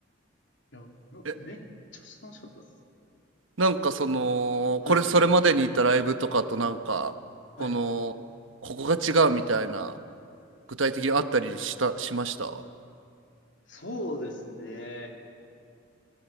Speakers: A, on the left (about 65°); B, on the right (about 85°).
A: いや、なめっちゃくちゃ楽しかったです。
B: え、なんかその、
A: はい。
B: これそれまでに行ったライブとかとなんか、
A: はい。
B: この、ここが違うみたいな、具体的にあったりした、しましたは
A: そうですね。